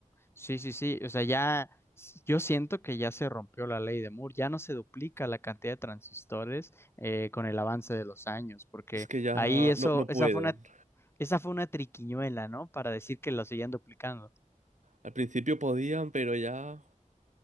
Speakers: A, on the left (about 20°); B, on the right (about 65°).
A: Sí, sí, sí. O sea, ya s- yo siento que ya se rompió la ley de Moore. Ya no se duplica la cantidad de transistores eh, con el avance de los años, porque
B: es que ya
A: ahí eso,
B: no, no
A: esa
B: pueden.
A: fue una, esa fue una triquiñuela, ¿no? Para decir que lo seguían duplicando.
B: Al principio podían, pero ya...